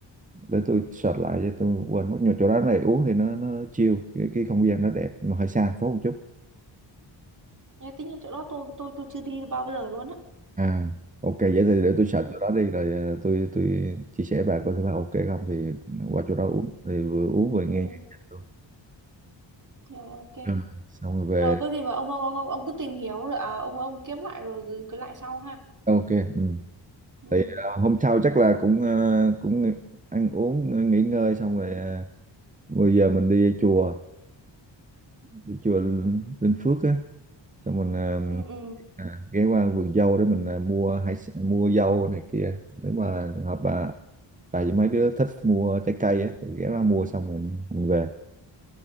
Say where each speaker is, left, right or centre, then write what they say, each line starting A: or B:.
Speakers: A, on the right; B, on the right.
A: để tôi search lại cho tôi quên mất nhưng mà chỗ đó này uống thì nó nó chill cái cái không gian nó đẹp nhưng mà hơi xa thành phố một chút
B: nghe tính như chỗ đó tôi tôi tôi chưa đi bao giờ luôn á
A: À, ok vậy thì để tôi search
B: ừ
A: chỗ đó đi rồi ờ, tôi tôi chia sẻ bà coi thử bà ok không thì qua chỗ đó uống thì vừa uống vừa nghe
B: ừ,
A: nhạc nhạc luôn.
B: rồi ok
A: Rồi. Xong rồi về
B: rồi có gì mà ông ông ông ông ông cứ tìm hiểu rồi à, ông ông kiếm lại rồi gửi gửi lại sau ha
A: ok ừ.
B: ừ
A: Thì ờ, hôm sau chắc là cũng ờ, cũng nghỉ- ăn uống ờ, nghỉ ngơi xong rồi ờ, 10 giờ mình đi chùa đi chùa Linh Phước á xong mình ờ,
B: ừ ừ
A: à, ghé qua vườn dâu để mình ờ, mua hải s- mua dâu này kia nếu mà trường hợp bà bà với mấy đứa thích mua trái cây á thì ghé qua mua xong mình, mình về